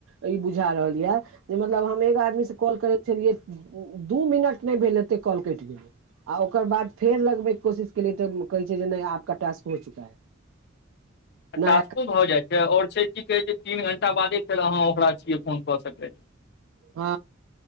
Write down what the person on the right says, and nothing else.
ई बुझा रहल ये जे मतलब हम ओनिसे कॉल करै छलियै, दू मिनट नहि भेलहेतेै कॉल कटि गेलै आ ओकर बाद फेर लगबैके कोशिश केलियै तॅं कहै छै नहि आपका टास्क हो चुका है।
नया
ह